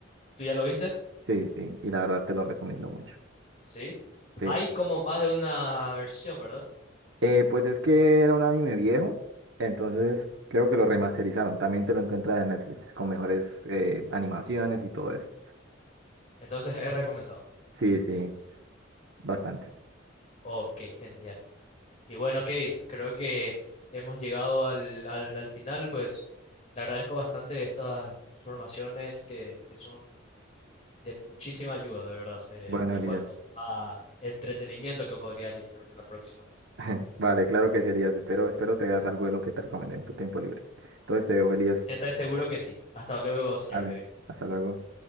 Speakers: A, on the left; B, on the right.
A: ¿tú ya lo viste?
B: Sí, sí, y la verdad te lo recomiendo mucho.
A: Sí.
B: Sí.
A: Hay como más de una versión, ¿verdad?
B: Eh, pues es que era un anime viejo, entonces creo que lo remasterizaron. También te lo encuentras en Netflix con mejores eh, animaciones y todo eso.
A: Entonces es recomendado.
B: Sí, sí, bastante.
A: Ok, genial. Y bueno, Kevin, creo que hemos llegado al, al, al final, pues le agradezco bastante estas informaciones que, que son de muchísima ayuda, de verdad, de-
B: Bueno,
A: en
B: Elías.
A: cuanto a entretenimiento que podría elegir la próxima vez.
B: <laughs> Vale, claro que sí, Elías. Espero, espero te veas algo de lo que te recomendé en tu tiempo libre. Entonces te dejo, Elías.
A: Te seguro que sí. Hasta luego, señor
B: Vale,
A: Kevin.
B: hasta luego.